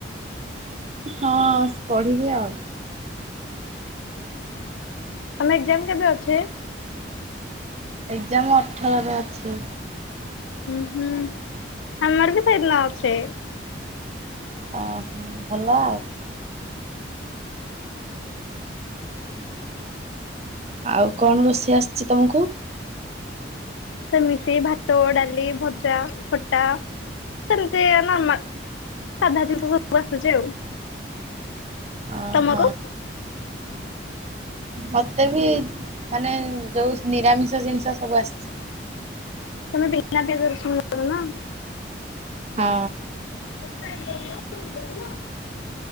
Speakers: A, on the right (about 35°); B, on the left (about 85°).
A: ହଁ ପଢିବି ଆଉ।
B: ତମେ ଏକ୍ଜାମ୍ କେବେ ଅଛି?
A: ଏକ୍ଜାମ୍ ଅଠରରେ ଅଛି।
B: ହୁଁ ହୁଁ ଆମର ବି ସେଇଦିନ ଅଛି।
A: ଅହ ଭଲ ଆଉ।
B: ହଁ
A: ଆଉ କଣ ରୋଷେଇ ଆସିଚି ତମୁକୁ?
B: ସେମିତି ଭାତ, ଡାଲି, ଭଜା, ଖଟା। ସେମତି ନର୍ମା ସାଧା ଜିନିଷ ସବୁ ଆସୁଚି ଆଉ।
A: ଅହ।
B: ତମକୁ? <unintelligible>
A: ମତେ ବି ମାନେ ଯୋଉ ନିରାମିଷ ଜିନିଷ ସବୁ ଆସିଚି।
B: ତମେ ବିନା ପିଆଜ ରସୁଣ କର ନା?
A: ହଁ।
B: <unintelligible>